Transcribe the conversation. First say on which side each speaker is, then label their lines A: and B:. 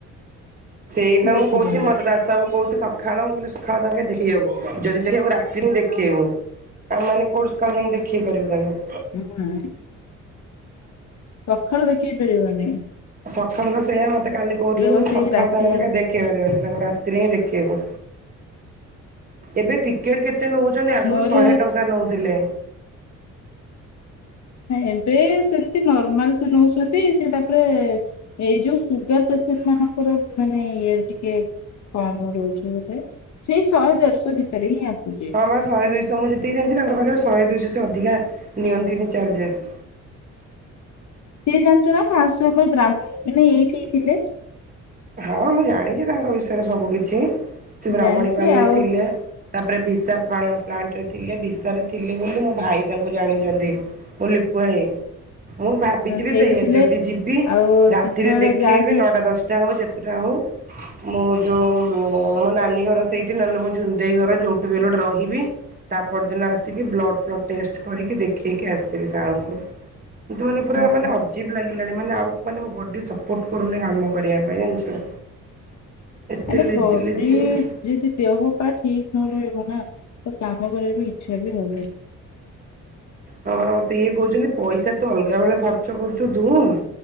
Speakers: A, on the right; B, on the left.
A: ସେଇବା
B: ସେ
A: ମୁଁ
B: ଦେଖୁଛନ୍ତି।
A: କହୁଛି ମତେ ଦାସବାବୁ ବହୁତ୍ ସକ୍ ସଖାଳ ମୁଁ କହିଲି, ସକାଳ ତାଙ୍କେ ଦେଖେଇବ ଯଦି ଦେଖେଇବୁ ରାତି ହିଁ ଦେଖେଇବୁ। ଆମ ମାନେ କୋଉଠି ସକାଳେ ଯାଇକି ଦେଖେଇ ପାରିବୁ ତାଙ୍କୁ
B: ହୁଁ। ସଖାଳ ଦେଖେଇ ପାରିବାନି।
A: ସଖାଳୁ ସେୟା ମତେ କାଲି କହୁଥିଲି
B: ବା
A: ମୁଁ
B: ସେଇ
A: ସଖାଳୁ
B: ରାତି
A: ତାଙ୍କ ପାଖେ ଦେଖ୍ ଦେଖେଇପାରିବନି ଯା ରାତିରେ ଦେଖେଇବ ଏବେ ଟିକେଟ କେତେ ନଉଛନ୍ତି ଆଗରୁ
B: ମୋର
A: ଶହେ ଟଙ୍କା ନଉଥିଲେ।
B: ଏବେ ସେମତି ନର୍ମାଲ ସେ ନଉଛନ୍ତି ସେ ତାପରେ ଏଇ ଯୋଉ ସୁଗାର ପେସେଣ୍ଟ ମାନଙ୍କର ମାନେ ଇଏ ଟିକେ କମ ରହୁଛି ବୋଧେ ସେଇ ଶହେ ଦେଢ଼ଶ ଭିତରେ ହିଁ ଆସୁଛି।
A: ହଁ ମା ଶହେ ଦୁଇଶହ ମୁଁ ଯେତିକି ଜାଣିଛି ତାଙ୍କ ପାଖରେ ଶହେ ଦୁଇଶହ ଅଧିକା ନିଅନ୍ତିନି ଚାର୍ଜେସ୍।
B: ସିଏ ଜାଣିଚୁ ନା ଫାଷ୍ଟ ସୋ ରେ ବ୍ରାହ୍ମଣ ମାନେ ଏଇଠି ହେଇଥିଲେ।
A: ହଁ ମୁଁ ଜାଣିଛି ତାଙ୍କ ବିଷୟରେ ସବୁ କିିଛି ସେ ବ୍ରାହ୍ମଣୀ
B: ଜାଣିଛି
A: ପାଲରେ
B: ଆଉ
A: ଥିଲେ। ତାପରେ ବିସାତ୍ ଭାରତ ପ୍ଲାଣ୍ଟରେ ଥିଲେ ବିସାରେ ଥିଲେ ବୋଲି ମୋ ଭାଇ ତାଙ୍କୁ ଜାଣିଛନ୍ତି। ମୋ ଲିପୁ ଭାଇ। ମୁଁ ଭାବିଛିିବି
B: ସେଇଠି
A: ସେଇଆ
B: ଥିଲେ
A: ଯଦି ଯିବି
B: ଆଉ
A: ରାତିରେ
B: ଯେତେବେଳେ
A: ଦେଖେଇବି
B: ଯାଆନ୍ତି
A: ନଅଟା ଦଶ ଟା ହଉ ଯେତେଟା ହଉ। ମୋ ଯୋଉ ମୋ ନାନୀ ଘର ସେଇଠି ନହେଲେ ମୋ ଝୁନଦେଇ ଘର ଯୋଉଠି ବି ହେଲେ ରହିବି। ତା ପରଦିନ ଆସିକି ବ୍ଲଡ଼୍ ଫ୍ଲଡ଼୍ ଟେଷ୍ଟ କରିକି ଦେଖେଇକି ଆସିବି ସାରଙ୍କୁ। କିନ୍ତୁ ମାନେ ପୁରା
B: ହୁଁ
A: ମାନେ ଅଜିଵ୍ ଲାଗିଲାଣି ମାନେ ଆଉ ମୋ ବଡି ସପୋର୍ଟ କରୁନି ଆମ କରିବା ପାଇଁ ଜାଣିଛୁ ଏତେ
B: ଆରେ
A: ଲେଜି
B: ବଡି
A: ଲେଜି ରହୁଛି।
B: ଯଦି ଦେହ ପା ଠିକ ନ ରହିବ ନା ତ କାମ କରିବା ଇଚ୍ଛା ବି ହବନି।
A: ହଁ ମତେ ଇଏ କହୁଛନ୍ତି ପଇସା ତ ଅଲଗା ବେଳେ ଖର୍ଚ୍ଚ କରୁଛୁ ଧୁମ